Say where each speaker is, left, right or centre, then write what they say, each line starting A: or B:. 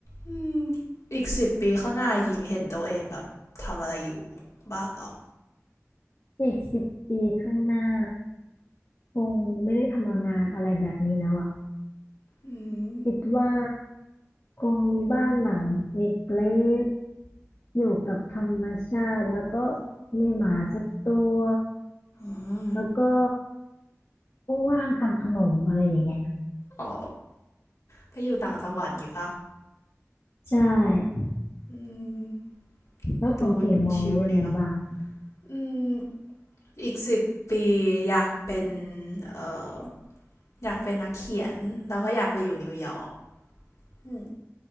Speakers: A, on the left; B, on the left.
A: อืมอีกสิบปีข้างหน้าหญิงเห็นตัวเองแบบทำอะไรอยู่บ้างเหรอ
B: อีกสิบปีข้างหน้าคงไม่ได้ทำงานอะไรแบบนี้แล้วอ่ะ
A: อืม
B: คิดว่าคงมีบ้านหลังเล็กๆอยู่กับธรรมชาติแล้วก็มีหมาสักตัว
A: อืม
B: แล้วก็ว่างๆทำขนมอะไรอย่างเงี้ย
A: อ๋อไปอยู่ต่างจังหวัดงี้ปะ
B: ใช่
A: อืม
B: แล้วของถิ่งมองไว้ยังไงบ้าง
A: ดูชิลดีเนาะอืมอีกสิบปีอยากเป็นเอ่ออยากเป็นนักเขียนแล้วก็อยากไปอยู่นิวยอร์กอืม